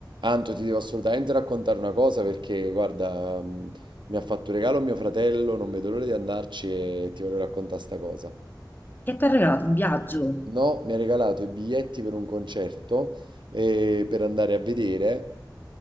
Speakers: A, on the right; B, on the left.
A: Anto, ti devo assolutamente raccontare una cosa perché, guarda, mm, mi ha fatto un regalo mio fratello, non vedo l'ora di andarci e ti voglio raccontare sta cosa.
B: Che ti ha regalato un viaggio?
A: No, mi ha regalato i biglietti per un concerto eh, per andare a vedere